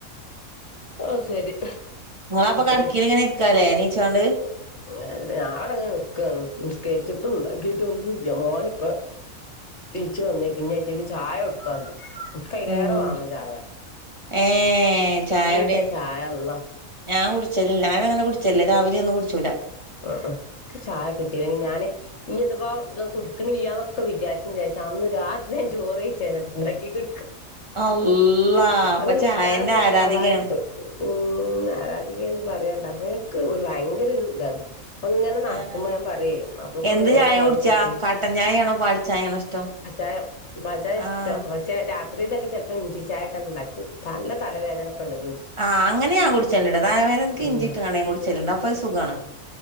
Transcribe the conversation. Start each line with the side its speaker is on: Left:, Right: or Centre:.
Left: ഓ ശരി
Right: നിങ്ങളപ്പൊ കടക്കീല്
Left: ഏത്
Right: ഇങ്ങനെ ഇരിക്കാല്ലേ നീച്ചോണ്ട്
Left: ഏ ഞടങ്ങനെ നിക്കാണ് നിസ്കരിച്ചിട്ട് ഉണ്ടാക്കിട്ട് ഒന്നുമില് മോൻ ഇപ്പൊ തിരിച്ചു വന്നേക്ക് ഇനി ഏറ്റിരിന്ന് ചായ കൊടുക്കാണ്ട് നിക്ക് അയിരേറെ
Right: ഉം
Left: വേണം ചായ
Right: ഏ ചായ
Left: ന്റെ ചായ അള്ളാ
Right: ഞാൻ കുടിച്ചലില്ല ഞാനങ്ങനെ കുടിച്ചല്ല രാവിലെയൊന്നും കുടിചൂല
Left: ആ ആ നിക്ക് ചായ കിട്ടിയില്ലെങ്കിൽ ഞാന് ഇനി ഇഥവാ ങ്ങാ കുടിക്കണില്ലാന്നൊക്കെ വിചാരി വിചാരിച്ച അന്ന് രാത്രി ഞാൻ ചോറ് കഴിച്ചേന ചൂടാക്കീട്ട്
Right: അള്ളാ അപ്പ
Left: നിസ്കാരം
Right: ചായേന്റ
Left: പോലെ
Right: ആരാധികയാ
Left: കളാ
Right: നിങ്ങള്
Left: ഉം ആരാധികേന്ന് പറയണ്ട. അപ്പൊ എൻക്ക് ഒരു ഭയങ്കര ഒരു ഇതാണ്. പ്പങ്ങനെ നടക്കുമ്പോ
Right: ആഹ്
Left: ഞാൻ പറയോ മാപ്പ്ളക്ക്
Right: എന്ത്
Left: ന്ന് ചോറൊക്കെ
Right: ചായ
Left: വെള്മ്പി
Right: കുടിച്ചാ
Left: കൊടുക്കൂ
Right: കട്ടൻ ചായയാണോ പാൽച്ചായയാണോ ഇഷ്ടം
Left: ഏ ബജ ഇഷ്ടം
Right: ആഹ്
Left: പക്ഷെ രാ ത്രിലോക്കെ ചിലപ്പോ ഇഞ്ചി ചായേക്കെ ഉണ്ടാക്കും നല്ല തലവേദനേക്കെ ഉണ്ടെങ്കി
Right: ആ അങ്ങനെ ഞാൻ കുടിച്ചിണ്ടെടാ തലവേദനക്ക്
Left: ഉം
Right: ഇഞ്ചിയിയിട്ടാണേ ഞാൻ കുടിച്ചിലുള്ള അപ്പൊ ഒരു സുഖാണ്.